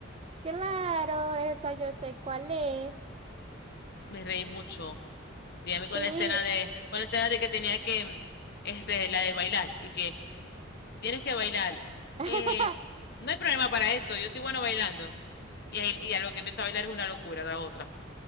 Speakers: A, on the right; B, on the left.
A: claro, esa yo sé cuál es.
B: Me reí mucho. Dígame
A: Sí.
B: con la escena de, con la escena de que tenía que, mm, este, la de bailar y que, Tienes que bailar. Eh,
A: <laughs>
B: no hay problema para eso, yo soy bueno bailando. Y, ahí- y a lo que empieza a bailar es una locura, la otra.